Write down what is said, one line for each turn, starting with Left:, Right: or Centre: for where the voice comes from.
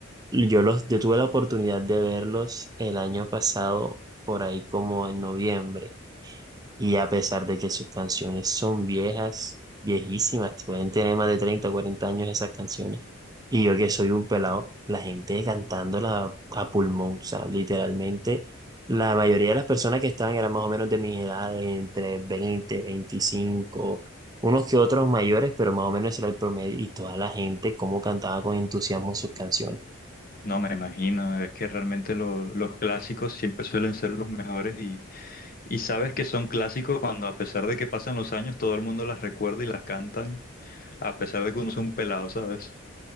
Right: Y Yo los, yo tuve la oportunidad de verlos el año pasado, por ahí como en noviembre. Y a pesar de que sus canciones son viejas, viejísimas, pueden tener más de 30, o 40 años esas canciones. Y yo que soy un pelado, la gente cantándola a pulmón, o sea, literalmente, la mayoría de las personas que estaban eran más o menos de mi edad, entre 20, 25, unos que otros mayores, pero más o menos ese era el promedio. Y toda la gente, cómo cantaba con entusiasmo sus canciones.
Left: No me imagino, es que realmente lo- los clásicos siempre suelen ser los mejores y, y sabes que son clásicos cuando a pesar de que pasan los años todo el mundo las recuerda y las cantan, a pesar de que uno sea un pelado, ¿sabes?